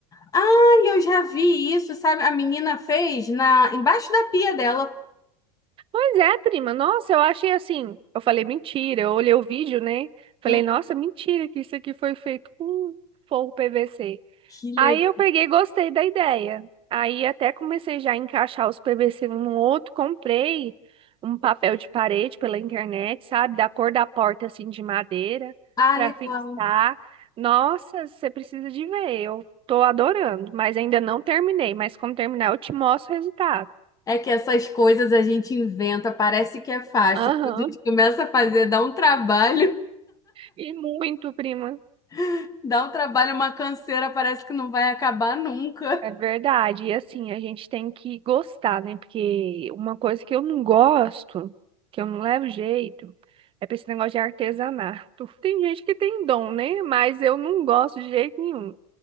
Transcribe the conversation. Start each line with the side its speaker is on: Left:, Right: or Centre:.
Left: Ah, eu já vi isso, sabe? A menina fez na embaixo da pia dela.
Right: Pois é, prima. Nossa, eu achei assim. Eu falei, mentira. Eu olhei o vídeo, né? Falei,
Left: Hum,
Right: nossa, mentira, que isso aqui foi feito com forro PVC.
Left: que legal.
Right: Aí eu peguei e gostei da ideia. Aí até comecei já a encaixar os PVC um no outro. Comprei um papel de parede pela internet, sabe? Da cor da porta, assim, de madeira,
Left: Ah,
Right: pra
Left: legal.
Right: fixar. Nossa, você precisa de ver. Eu tô adorando, mas ainda não terminei. Mas quando terminar, eu te mostro o resultado.
Left: É que essas coisas a gente inventa, parece que é fácil.
Right: Aham.
Left: Quando A gente começa a fazer, dá um trabalho,
Right: E muito, prima.
Left: <laughs> dá um trabalho, uma canseira, parece que não vai acabar nunca.
Right: É verdade. E assim, a gente tem que gostar, né? Porque uma coisa que eu não gosto, que eu não levo jeito, é pra esse negócio de artesanato. <laughs> Tem gente que tem dom, né? Mas eu não gosto de jeito nenhum.